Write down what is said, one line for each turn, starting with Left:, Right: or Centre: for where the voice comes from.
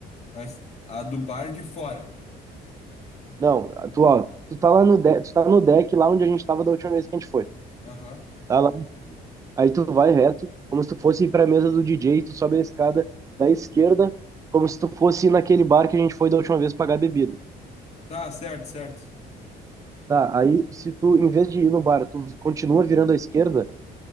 Left: A, es- a do bar de fora.
Right: Não, tu, ó, tu tá lá no deck, tu tá no deck lá onde a gente tava da última vez que a gente foi.
Left: Aham.
Right: Tá lá Aí tu vai reto, como se tu fosse ir pra mesa do DJ, e tu sobe a escada da esquerda, como se tu fosse ir naquele bar que a gente foi da última vez pagar bebida.
Left: Tá, certo, certo.
Right: Tá, aí se tu, em vez de ir no bar, tu continua virando à esquerda,